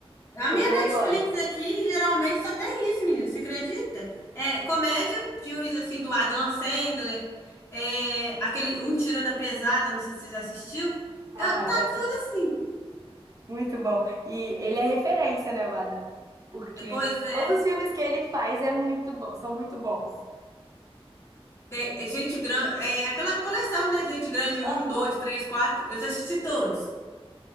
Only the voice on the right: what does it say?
Eu também
gosto.
Ah,
já assisti.
Muito bom. E ele é referência, né, o Adam? Porque
todos os filmes que ele faz é muito bom, são muito bons.
Aham,